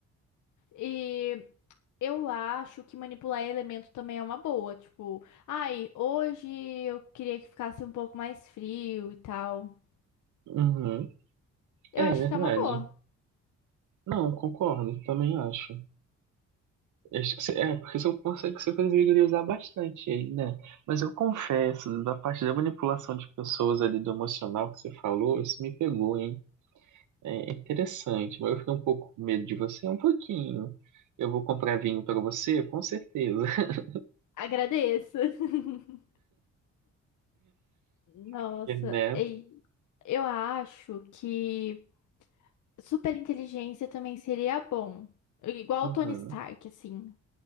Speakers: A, on the left (about 75°); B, on the right (about 80°).
A: E eu acho que manipular elemento também é uma boa, tipo, ai, hoje eu queria que ficasse um pouco mais frio e tal.
B: Uhum.
A: Eu
B: É
A: acho
B: verdade.
A: que é uma boa.
B: Não, concordo, também acho. Acho que cê- é, porque se eu pensei que você conseguiria usar bastante ele, né? Mas eu confesso, da parte da manipulação de pessoas ali do emocional que você falou, isso me pegou, hein? É interessante, mas eu fiquei um pouco com medo de você, um pouquinho. Eu vou comprar vinho pra você, com certeza. <laughs>
A: Agradeço. <laughs> Nossa,
B: Porque, Né?
A: ei, eu acho que superinteligência também seria bom. Igual
B: Uhum.
A: o Tony Stark, assim.